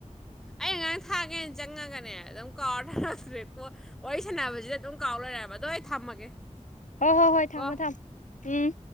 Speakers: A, in the centre; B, on the left.
A: ꯑꯩꯅ ꯉꯔꯥꯡ ꯊꯥꯒꯦꯅ ꯆꯪꯉꯒꯅꯦ ꯑꯗꯨꯝ ꯀꯥꯎꯔ ꯊꯔꯛꯇꯔꯦ ꯄꯣꯠ ꯋꯥꯔꯤ ꯁꯥꯟꯅꯕꯖꯤꯗ ꯑꯗꯨꯝ ꯀꯥꯎ ꯂꯩꯔꯦ ꯍꯥꯏꯕ ꯑꯗꯣ ꯑꯩ ꯊꯝꯃꯒꯦ
B: ꯍꯣ ꯍꯣ ꯍꯣꯏ ꯊꯝꯃꯣ
A: ꯀꯣ
B: ꯊꯝꯃꯣ ꯎꯝ